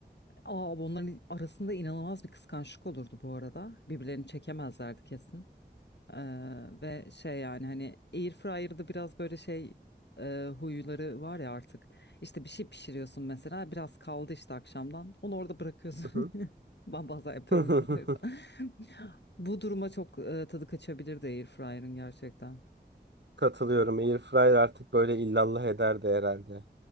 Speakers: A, on the left; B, on the right.
A: Aa, bunların arasında inanılmaz bir kıskançlık olurdu bu arada. Birbirlerini çekemezlerdi kesin. Ee, ve şey yani hani Airfryer'da biraz böyle şey e, huyları var ya artık. İşte bir şey pişiriyorsun mesela biraz kaldı işte akşamdan. Onu orada bırakıyorsun.
B: Hı
A: <laughs> Ben bazen yapıyorum
B: hı.
A: bunu o yüzden. <laughs> Bu duruma çok e, tadı kaçabilirdi Airfryer'ın gerçekten.
B: <laughs> Katılıyorum. Air fryer artık böyle illallah eder de herhalde.